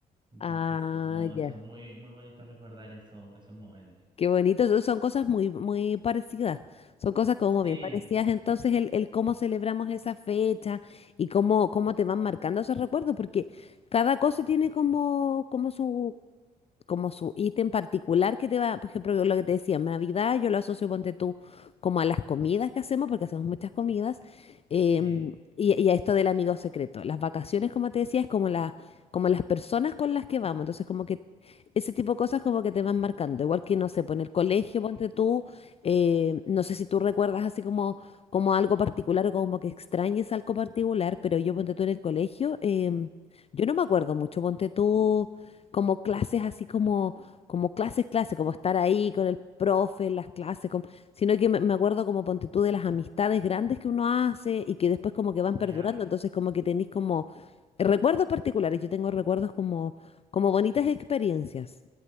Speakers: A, on the right (about 25°); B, on the left (about 30°).
A: entonces
B: Ah,
A: sí, no,
B: ya.
A: eso es muy muy bonito recordar eso, esos momentos.
B: Qué bonito. Son son cosas muy, muy parecidas. Son cosas como
A: Sí,
B: bien parecidas. Entonces, el, el cómo celebramos esa fecha y cómo, cómo te van marcando esos recuerdos, porque cada cosa tiene como, como su, como su ítem particular que te va, por ejemplo, lo que te decía, Navidad, yo lo asocio, ponte tú, como a las comidas que hacemos, porque hacemos muchas comidas, em,
A: sí,
B: y, y a esto del amigo secreto. Las vacaciones, como te decía, es como, la, como las personas con las que vamos, entonces como que ese tipo de cosas como que te van marcando, igual que, no sé, pues en el colegio, ponte tú, eh, no sé si tú recuerdas así como, como algo particular o como que extrañes algo particular, pero yo, ponte tú, en el colegio, em, yo no me acuerdo mucho, ponte tú como clases así como, como clases, clases, como estar ahí con el profe, las clases, como- sino que me, me acuerdo como ponte tú de las amistades grandes que uno hace y que después como que van
A: ya.
B: perdurando, entonces como que tenéis como recuerdos particulares, yo tengo recuerdos como, como bonitas experiencias.